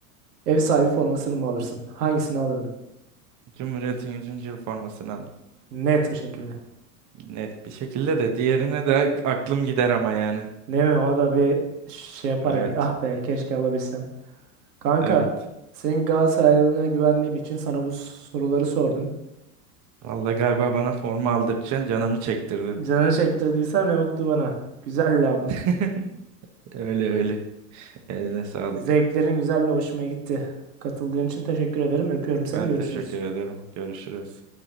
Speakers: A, on the right; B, on the right.
A: ev sahibi formasını mı alırsın? Hangisini alırdın?
B: Cumhuriyet'in yüzüncü yıl formasını alın.
A: Net bir şekilde.
B: Net bir şekilde de diğerine de aklım gider ama yani.
A: Değil mi? O da bir şey yapar
B: Evet.
A: ya. Ah be keşke alabilsem. Kanka,
B: Evet.
A: senin Galatasaraylılığına güvendiğim için sana bu soruları sordum.
B: Vallahi galiba bana forma aldırtacaksın, canımı çektirdin.
A: Canını çektirdiysen ne mutlu bana. Güzeldi ama.
B: <laughs> Öyle öyle. Eline sağlık.
A: Zevklerin güzeldi, hoşuma gitti. Katıldığın için teşekkür ederim. Öpüyorum seni.
B: Ben
A: Görüşürüz.
B: teşekkür ederim. Görüşürüz.